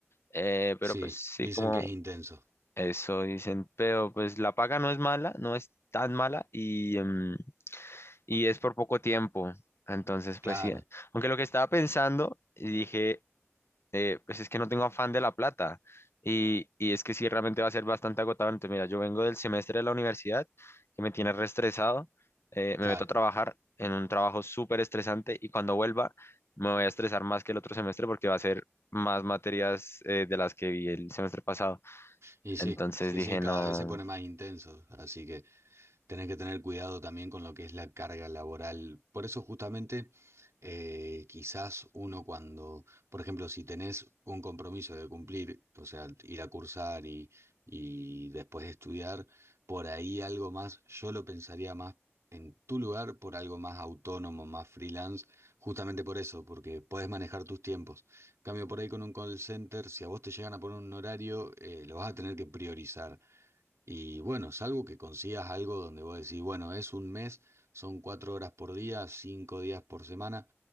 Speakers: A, on the left (about 55°); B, on the right (about 70°).
A: eh, pero
B: sí,
A: pues sí,
B: dicen
A: como
B: que es intenso.
A: eso dicen, pero pues la paga no es mala, no es tan mala y, em, y es por poco tiempo. Entonces,
B: Claro,
A: pues sí, aunque lo que estaba pensando, y dije, eh, pues es que no tengo afán de la plata. Y, y es que sí, realmente va a ser bastante agotador. Entonces, mira, yo vengo del semestre de la universidad, que me tiene reestresado, eh, me
B: claro.
A: meto a trabajar en un trabajo súper estresante y cuando vuelva me voy a estresar más que el otro semestre porque va a ser más materias eh, de las que vi el semestre pasado.
B: Y sí,
A: Entonces
B: sí,
A: dije,
B: sí, cada
A: no,
B: vez se pone más intenso, así que... tenés que tener cuidado también con lo que es la carga laboral. Por eso justamente eh, quizás uno cuando, por ejemplo, si tenés un compromiso de cumplir, o sea, ir a cursar y, y después estudiar, por ahí algo más, yo lo pensaría más en tu lugar por algo más autónomo, más freelance, justamente por eso, porque podés manejar tus tiempos. Cambio por ahí con un call center, si a vos te llegan a poner un horario, eh, lo vas a tener que priorizar. Y bueno, salvo que consigas algo donde vos decís, bueno, es un mes, son cuatro horas por día, cinco días por semana,